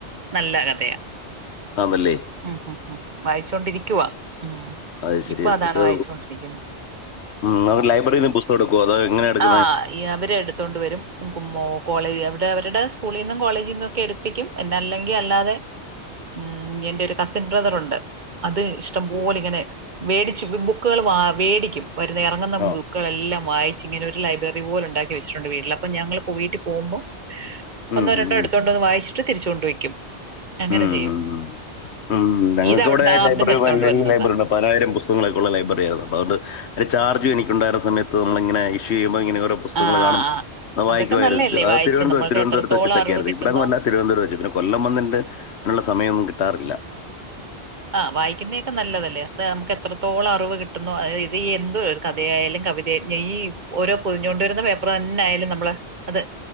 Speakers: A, on the right; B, on the left.
A: നല്ല കഥയാ
B: ആന്നല്ലേ
A: ഉം ഉം ഉം വായിച്ചൊണ്ടിരിക്കുവാ ഉം
B: അത് ശരി
A: ഇപ്പൊ അതാണ്
B: ഇത്
A: വായിച്ചൊണ്ടിരിക്കുന്നെ
B: ഉം ഇങ്ങള് ലൈബ്രറി പുസ്തകം എടുക്കോ അതേ എങ്ങനെ എടുക്ക
A: ആഹ് അവര് എടുത്തോണ്ട് വരും മേൾ കോളേജ് അവടെ അവരുടെ സ്കൂളിൽ നിന്നും കോളേജിൽ നിന്നും ഒക്കെ എടുപ്പിക്കും പിന്നെ അല്ലെങ്കിൽ അല്ലാതെ ഉം എന്റെ ഒരു കസിൻ ബ്രദറുണ്ട് അത് ഇഷ്ടം പോലെ ഇങ്ങനെ വേടിച്ചു ബുക്കുകൾ വാ വേടിക്കും വരുന്ന ഇറങ്ങുന്ന
B: ആ
A: ബുക്ക് കൾ ക്കളെല്ലാം വായിച്ച് ഇങ്ങനെ ഒരു ലൈബ്രറി പോലെ ഉണ്ടാക്കി വച്ചിട്ടുണ്ട് വീട്ടിൽ അപ്പൊ ഞങ്ങള് പോയിട്ട് പോകുബോ
B: ഉം
A: ഒന്നോ
B: ഉം
A: രണ്ടോ എടുത്തോണ്ടോന്ന് വായിച്ചട്ട് തിരിച്ച് കൊണ്ട് വയ്ക്കും അങ്ങനെ
B: ഉം
A: ചെയ്യും
B: ഉം ഉം ഉം ഞങ്ങൾക്ക്
A: ഇത് അവിടുന്ന്
B: ഇവിടെ
A: ആ
B: ലൈബ്രറി
A: അവിടുന്ന് എടുത്തോണ്ട്
B: വല്യ
A: വരുന്നതാ
B: ലൈബ്രറി പതിനായിരം പുസ്തങ്ങളൊക്കെയുള്ള ലൈബ്രറി ആയിരുന്നു അപ്പ അതൊണ്ട് അതിന്റെ ചാർജ് എനിക്കുണ്ടായിരുന്ന സമയത്ത് നമ്മളിങ്ങനെ ഇഷ്യയ്യുമ്പോ ഇങ്ങനെ വെ റെ പുസ്തകങ്ങള്
A: ആഹ്
B: കാണും
A: ആഹ്
B: അത്
A: അതൊക്കെ
B: വായിക്കുവായിരുന്നു
A: നല്ലതല്ലേ
B: അത്
A: വായിച്ചു
B: തിരുവന്തപുരത്ത്
A: നമ്മൾക്ക്
B: തിരുവനന്തപുരത്ത്
A: എത്രത്തോളം
B: വെച്ചിട്ടക്കെയായിരുന്നു
A: അറിവ് കിട്ടുന്നോ
B: ഇവിടങ്ങുവല്ല തിരുവനന്തപുരം വെച്ചിട്ട് പിന്നെ കൊല്ലം വന്ന്ണ്ടെ അയിനുള്ള സമയൊന്നും കിട്ടാറില്ല
A: ആഹ് വായിക്കുന്നയെക്കെ നല്ലതല്ലേ അപ്പോ നമുക്ക് എത്രത്തോളം അറിവ് കിട്ടുന്നൊ ഇത് എന്തോ കഥയായാലും കവിതയാ ഈ ഓരോ പൊതിഞ്ഞോണ്ട് വെരുന്ന പേപ്പറ് തന്നായാലും നമ്മള് അത്